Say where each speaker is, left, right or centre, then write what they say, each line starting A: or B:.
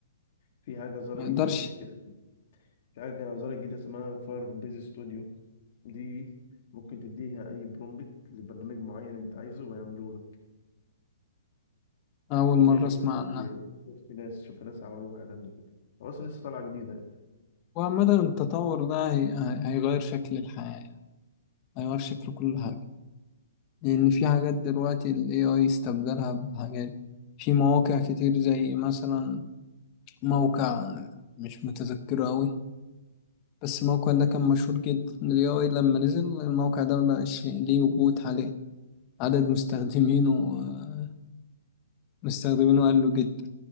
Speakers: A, on the left; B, on the left.
A: في حاجة ظاهرة
B: ما
A: جديدة
B: يقدرش
A: كده في حاجة ظاهرة جديدة اسمها فاير بيز ستوديو دي ممكن تديها أي برومبت لبرنامج معين أنت عايزه ويعمله لك
B: أول
A: دي
B: مرة
A: شفت
B: أسمع
A: شفت
B: عنها
A: شفت ناس شفت ناس عملوها يعني قبل كده هو أصلا لسه طالعة جديدة
B: وعامة التطور ده هي- هي- هيغير شكل الحياة هيغير شكل
A: يعني
B: كل حاجة لأن في حاجات دلوقتي ال AI استبدلها بحاجات في مواقع كتير زي مثلا موقع مش متذكره أوي بس الموقع ده كان مشهور جدا ال AI لما نزل الموقع ده مبقاش ليه وجود عليه عدد مستخدمينه آه، مستخدمينه قل جدا